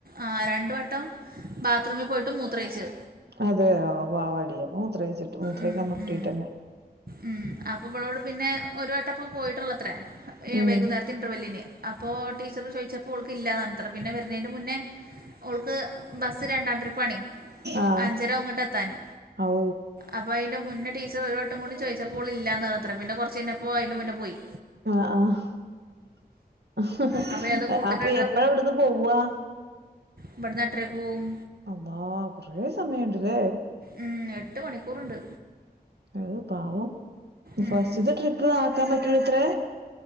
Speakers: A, on the right; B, on the right.
A: ആഹ് രണ്ട് വട്ടം ബാത്ത്റൂമി പോയിട്ട് മൂത്രയ്ച്ച്
B: അതെയൊ പാവാടി അപ്പൊ മൂത്രോയ്ച്ച്ട്ട് മൂത്രയ്ക്കാൻ
A: ഉം
B: മുട്ടീട്ടന്നെ
A: ഉം ഉം അപ്പൊവ്ളോട് പിന്നെ ഒര് വട്ടപ്പം പോയ്ട്ടൊള്ളത്ര എഹ്
B: ഉം
A: വൈകുന്നേരത്തെ ഇന്റർവെല്ലിന് അപ്പോ ടീച്ചറ് ചോയ്ച്ചപ്പോ ഓൾക്കില്ലാന്നർഞ്ഞ് ത്രപിന്നെ വരുന്നെന്റെ മുന്നേ ഓൾക്ക് ബസ്സ് രണ്ടാം ട്രിപ്പാണെ
B: ആഹ്
A: അഞ്ചരയാകുംങ്ങട്ട് എത്താന്
B: ഔ
A: അപ്പൊ അയ്ന്റെ മുന്നേ ടീച്ചർ ഒര് വട്ടം കൂടി ചോയ്ച്ചപ്പോ ഓളില്ലാന്ന് പറഞ്ഞത്ര പിന്നെ കൊറച്ചയ്ഞ്ഞപ്പോ അയ്ന്റെ മുന്നേ പോയ്
B: ആഹ് ആഹ് അഹ്
A: അപ്പോൾ ഏതോ കൂട്ടരുടെ
B: അപ്പൊ എപ്പഴാവ്ട്ന്ന് പോവാ
A: ഇബെട്ന്നെട്ടരക്ക് പോവും
B: അള്ളാ കൊറേ സമയെണ്ട്ലേ?
A: ഉം എട്ട് മണിക്കൂറ്ണ്ട്
B: അഹ് പാവം
A: ഉം.
B: ഫസ്റ്റ്ത്തെ ട്രിപ്പ് ആക്കാം പറ്റൂലെത്രേ?